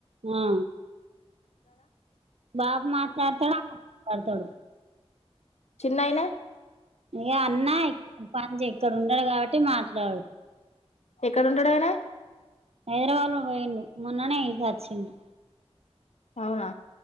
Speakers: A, on the right (about 70°); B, on the left (about 85°).
A: ఆ బాబు మాట్లాడతాడు ఆమ్ మాట్లాడతాడు
B: చిన్నయినా
A: ఇక అన్నా ప ఇక్కడ ఉండడు కాబట్టి మా ాడు
B: ఎక్కడంటాడుయనా
A: హైదరాబాద్ లో పోయిండు మొన్ననే ఇకచ్చిండు
B: అవునా